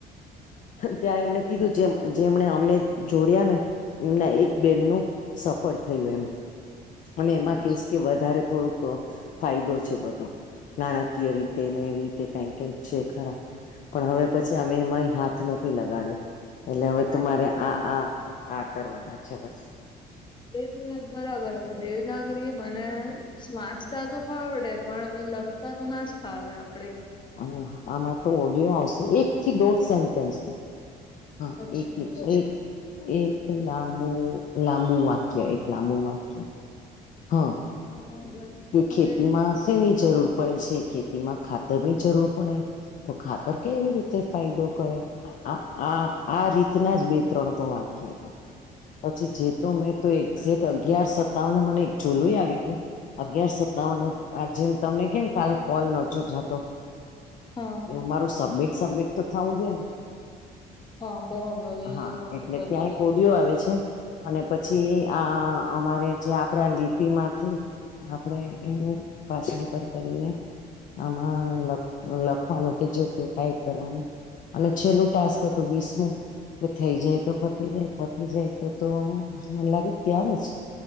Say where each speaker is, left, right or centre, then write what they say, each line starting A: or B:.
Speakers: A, on the left; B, on the left.
A: ત્યાં એમણે કીધું છે. એમણે અમને જોડયા ને, એમના એક બેન નું સફળ થયું એમાં. અને એમાં
B: અચ્છા
A: કેસ કે, વધારે થોડુંક ફાયદો છે, બધો નાણાકીય રીતે ને, એવી રીતે કઈક કઈક છે ખરા. પણ હવે પછી અમે એમાંય હાથ નથી લગાડ્યો. એટલે હવે
B: ના
A: તમારે
B: પણ
A: આ આ આ કરવાના છે, બસ.
B: એ તો વાત બરાબર હ, દેવનાગરી મને વાંચતા તો ફાવડે, પણ હવે લખતા તો ના જ ફાવે આપડે.
A: હ, આમાં તો ઓડિયો આવશે, એક થી દોઢ સેન્ટેન્સનો. હા,
B: અચ્છા
A: એકથી
B: એવું છે
A: એક. એક લાંબુ-લાંબુ વાક્ય એક લાંબુ વાક્ય. હ.
B: બરાબર.
A: કે
B: હવે
A: ખેતીમાં શેની જરૂર પડે છે, ખેતીમાં ખાતર ની જરૂર પડે. તો ખાતર કેવી રીતે ફાયદો કરે? આ આ આ રીતના જ બે-ત્રણ તો વાંકયો હતા. પછી જેતો મેં તો એકઝેટ અગિયાર સત્તાવને, મને એક ઝોલું ય આવી ગયું. અગિયાર સત્તાવને આ જેમ તમને કેમ કાલે કોલ નતો જતો.
B: હા
A: એવું મારું સબમિટ સબમિટ તો થવું જોવે ને.
B: હા, બરાબર એ
A: હા
B: નતું
A: એટલે
B: થતું.
A: ત્યાં એક આવે છે, અને પછી આ અમારે જે આપડે આ લિપિમાંથી આપડે એનું ભાષાંતર કરીને. આમાં લખવાનું કે, જે કે ટાઈપ કરવાનું. અને છેલ્લું ટાસ્ક હતું વીસમું. કે થઈ જાય તો, પતિ જાય, પતિ જાય તો, તો મને લાગે ત્યારે જ